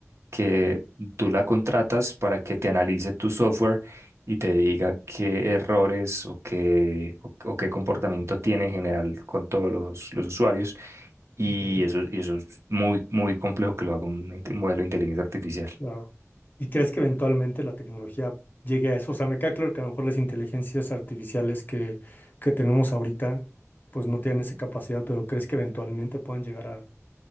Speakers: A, on the right; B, on the left.
A: que tú la contratas para que te analice tu software y te diga qué errores o qué, o, o qué comportamiento tiene en general con todos los, los usuarios. Y
B: Ok.
A: eso, y eso es muy, muy complejo que lo haga un, inte- un modelo de inteligencia artificial.
B: Claro. ¿Y crees que eventualmente la tecnología llegue a eso? O sea, me queda claro que a lo mejor las inteligencias artificiales que, que tenemos ahorita, pues no tienen esa capacidad, pero ¿crees que eventualmente puedan llegar a,